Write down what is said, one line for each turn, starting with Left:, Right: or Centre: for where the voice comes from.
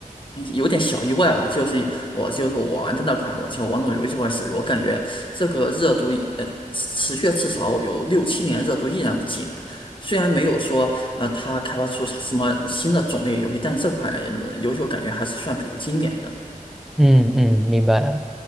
Left: 有点小意外吧，就是我就是我玩的那款，我叫《王者荣耀》这手游，我感觉这个热度呃持续至少有六七年，热度依然不减。虽然没有说呃，它开发出什么新的种类游戏，但这款呃游戏我感觉还是算比较经典的。
Centre: 嗯嗯，明白。了。